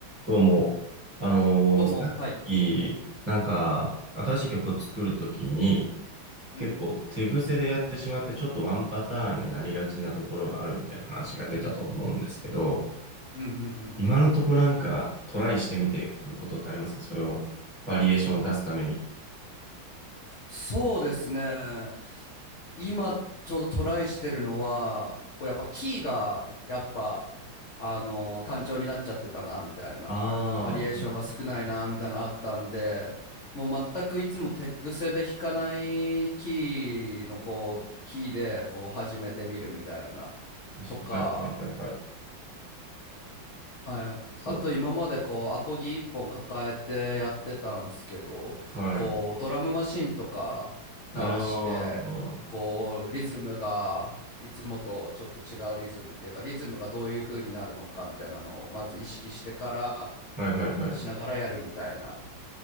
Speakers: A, on the right; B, on the left.
A: どうも、あのーさっき、
B: どうも、はい。
A: なんか、新しい曲を作るときに、
B: うん。
A: 結構手癖でやってしまって、ちょっとワンパターンになりがちなところがあるみたいな話が出たと思うんですけど、
B: うんうんうん。
A: 今のとこなんかトライしてみてることってありますかそれを、バリエーションを出すために。
B: そうですね。今、ちょうどトライしてるのは、こうやっぱキーが、やっぱ、あの、単調になっちゃってたな、みたいな。
A: ああ、
B: バリエーションが少ないな、
A: はい
B: みたいなのあったんで、もう全くいつも手癖で弾かないキーの、こう、キーで、こう、始めてみるみたいな、
A: 確かに。
B: とか、
A: はい、はい、はい、はい。
B: はい。
A: そう。
B: あと今までこうアコギ一本抱えてやってたんすけど、
A: はい。
B: こうドラムマシンとか鳴らして、
A: ああ、は
B: こうリズムがいつもとちょっと違うリズムっていうか、リズムがどういう風になるのかみたいなのをまず意識してから
A: い、はい、はい。
B: しながらやるみたいな